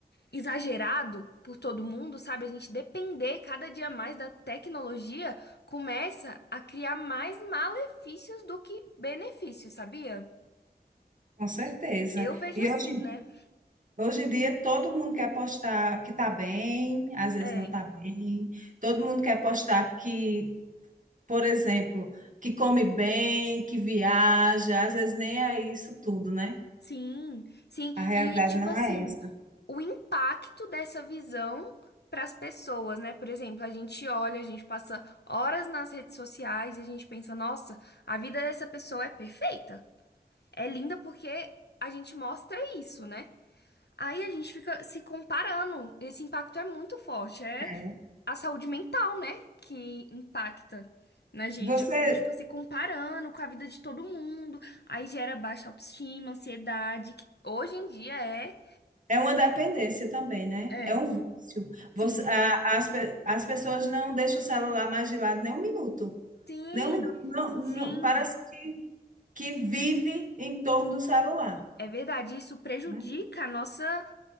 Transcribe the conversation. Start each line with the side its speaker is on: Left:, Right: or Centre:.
Left: exagerado por todo mundo, sabe? A gente depender cada dia mais da tecnologia começa a criar mais malefícios do que benefícios, sabia?
Right: com certeza.
Left: Eu vejo
Right: E
Left: assim,
Right: hoje,
Left: né?
Right: hoje em dia, todo mundo quer postar que está bem, às vezes
Left: É.
Right: não está bem. Todo mundo quer postar que, por exemplo, que come bem, que viaja, às vezes nem é isso tudo, né?
Left: Sim, sim.
Right: A realidade
Left: E, tipo
Right: não
Left: assim,
Right: é essa.
Left: o impacto dessa visão para as pessoas, né? Por exemplo, a gente olha, a gente passa horas nas redes sociais e a gente pensa, nossa, a vida dessa pessoa é perfeita. É linda porque a gente mostra isso, né? Aí a gente fica se comparando. Esse impacto é muito forte. É
Right: É.
Left: a saúde mental, né? Que impacta na gente.
Right: Você.
Left: Porque a gente fica se comparando com a vida de todo mundo. Aí gera baixa autoestima, ansiedade, que hoje em dia é.
Right: É uma dependência também, né?
Left: É,
Right: É um vício. Você-
Left: sim.
Right: a- as, pe- as pessoas não deixam o celular mais de lado nem um minuto.
Left: Sim,
Right: Nem um minuto. Não, não-
Left: sim.
Right: parece que vive em torno do celular,
Left: É verdade. Isso prejudica
Right: né?
Left: a nossa